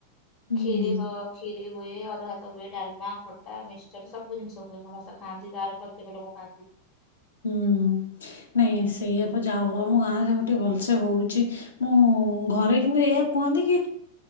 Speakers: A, on the left; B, on the left.
A: ହୁଁ।
B: ଖିରି ହଅ ଖ୍ଷୀରି ହୁଏ ଅରୁ ହାତ ହୁଏ ଡାଲମା ଖଟା ମିକସଚର ସବୁ ଜିନିଷ ହୁଏ ତା ସମସ୍ତେ ଖାଆନ୍ତି ଗାଁର ପ୍ରତ୍ୟେକ ଲୋକ ଖାଆନ୍ତି।
A: ହୁଁ ନ ସେଇ ଆପ ଯାଉ ଆଗ ଠି ଭଲସେ ହଉଛି ମୁଁ ଘରେ କିନ୍ତୁ ଏହା କୁହନ୍ତି କି